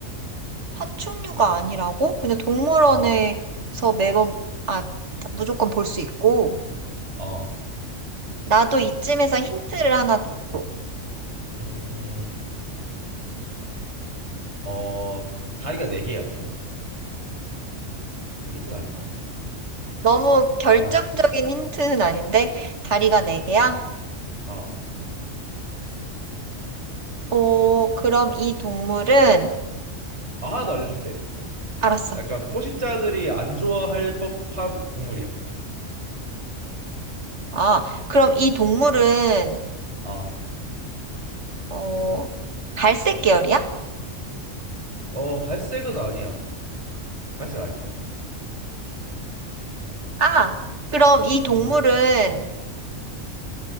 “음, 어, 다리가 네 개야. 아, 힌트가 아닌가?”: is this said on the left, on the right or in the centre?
Right